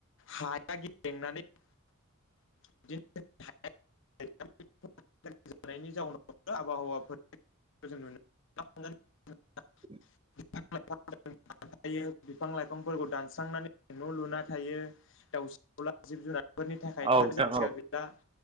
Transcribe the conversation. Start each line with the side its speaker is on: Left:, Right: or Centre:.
Left: हाया गेब्रेंनानै
Right: <inaudible>
Left: <unintelligible> जानायनि जाउनाव आबहावा <unintelligible>
Right: <inaudible>
Left: <unintelligible> थायो बिफां लाइफांफोरखौ दानस्रांनानै न' लुना थायो दाउसि दाउला जिब जुनार फोरफोरनि थाखाय
Right: औ नोंथां औ नोंथां औ
Left: थानो
Right: नोंथां
Left: जायगा गैला